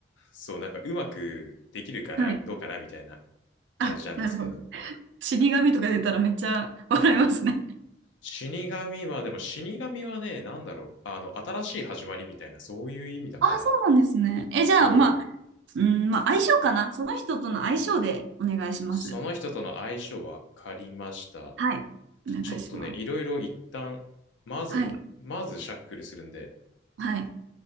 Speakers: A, on the left; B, on the right.
A: そう、なんかうまくできるかな、
B: はい。
A: どうかな、みたいな
B: あ、
A: 感じなんですけど。
B: なるほど。死神とか出たらめっちゃ笑いますね。
A: 死神は、でも死神はね、なんだろう、あの、新しい始まりみたいな、そういう意味だから、
B: あ、そうなんですね。え、じゃあ、
A: そう、
B: まあ、うん、まあ、相性かな。その人との相性でお願いします。
A: その人との相性分かりました。
B: はい。
A: ちょちょっとね、
B: お願いします。
A: いろいろ一旦、まず、
B: はい。
A: まずシャッフルするんで、
B: はい。